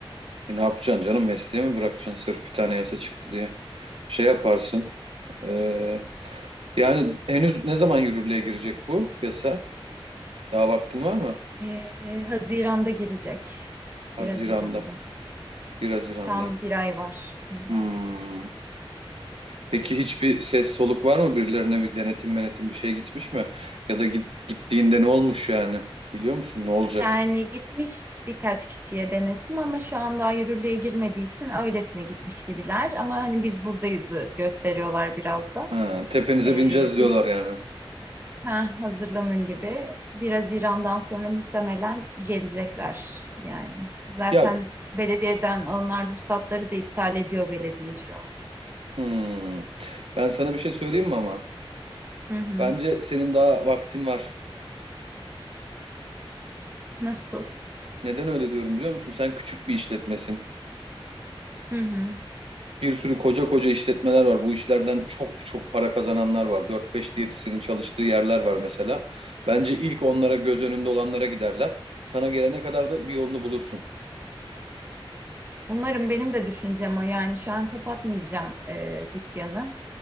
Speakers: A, on the right (about 80°); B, on the right (about 20°).
A: E, ne yapacaksın canım? Mesleği mi bırakacaksın sırf bir tane yasa çıktı diye? Şey yaparsın. e, yani henüz ne zaman yürürlüğe girecek bu yasa? Daha vaktin var mı?
B: E, Haziran'da girecek.
A: Haziran'da.
B: 1 Haziran'da.
A: bir Haziran'da.
B: Tam bir ay var. Evet.
A: Hmm. Peki hiçbir ses soluk var mı? Birilerine bir denetim menetim bir şey gitmiş mi? Ya da git, gittiğinde ne olmuş yani? Biliyor musun? Ne olacak?
B: Yani gitmiş birkaç kişiye denetim ama şu an daha yürürlüğe girmediği için öylesine gitmiş gibiler. Ama hani biz buradayızı gösteriyorlar biraz da.
A: Ha, tepenize
B: Ee,
A: bineceğiz diyorlar
B: bir
A: yani.
B: ha, hazırlanın gibi. Biraz İran'dan sonra muhtemelen gelecekler yani. Zaten
A: Ya
B: belediyeden alınan ruhsatları da iptal ediyor belediye şu an.
A: hmm. Ben sana bir şey söyleyeyim mi ama?
B: Hı hı.
A: Bence senin daha vaktin var.
B: Nasıl?
A: Neden öyle diyorum biliyor musun? Sen küçük bir işletmesin.
B: Hı hı.
A: Bir sürü koca koca işletmeler var. Bu işlerden çok çok para kazananlar var. dört beş diyetisyenin çalıştığı yerler var mesela. Bence ilk onlara göz önünde olanlara giderler. Sana gelene kadar da bir yolunu bulursun.
B: Umarım benim de düşüncem o. Yani şu an kapatmayacağım e, dükkanı.